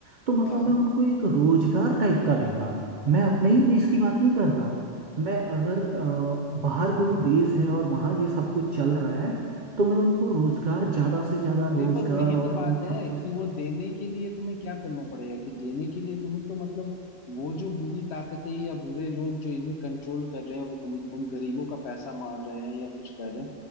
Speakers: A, on the right; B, on the left.
A: तो मतलब
B: हाँ
A: मैं उनको एक रोजगार टाइप का देता मैं अपने ही देश की बात नहीं कर रहा मैं अगर अ, बाहर कोई देश है और वहाँ ये सब कुछ चल रहा है तो मैं उनको रोजगार ज्यादा से ज्यादा
B: अरे
A: रोजगार
B: पर वही
A: और
B: तो बात
A: इन
B: है
A: सब चीज
B: कि वो देने के लिए तुम्हें क्या करना पड़ेगा कि देने के लिए तुम्हें तो मतलब वो जो बुरी ताकतें या बुरे लोग जो इन्हें कंट्रोल कर रहे हैं और उन उन गरीबों का पैसा मार रहे हैं या कुछ कर रहे हैं